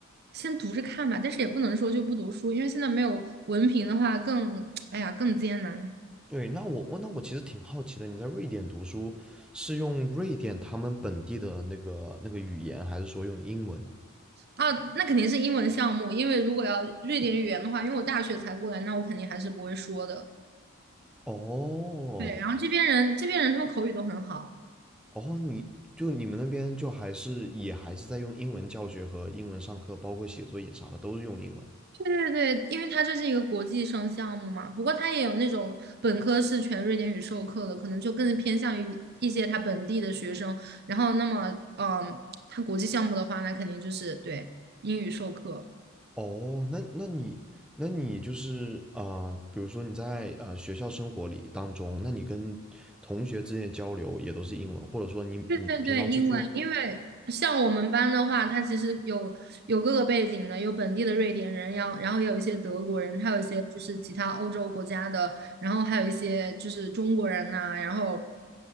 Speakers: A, on the right; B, in the centre.
A: 先读着看吧，但是也不能说就不读书，因为现在没有文凭的话更，<tsk> 哎呀，更艰难。
B: 对，那我我那我其实挺好奇的，你在瑞典读书是用瑞典他们本地的那个那个语言，还是说用英文呢？
A: 啊，那肯定是英文项目，因为如果要瑞典语言的话，因为我大学才过来，那我肯定还是不会说的。
B: 哦，
A: 对，然后这边人这边人他们口语都很好。
B: 哦，你就你们那边就还是也还是在用英文教学和英文上课，包括写作业啥的都是用英文。
A: 对对对，因为他这是一个国际生项目嘛，不过他也有那种本科是全瑞典语授课的，可能就更偏向于一些他本地的学生。然后，那么，嗯，他国际项目的话，那肯定就是对英语授课。
B: 哦，那那你那你就是啊，比如说你在啊学校生活里当中，那你跟同学之间的交流也都是英文，或者说你你平常出去玩，
A: 对对对，英文，因为像我们班的话，他其实有有各个背景的，有本地的瑞典人，然后然后也有一些德国人，还有一些就是其他欧洲国家的，然后还有一些就是中国人呐、然后。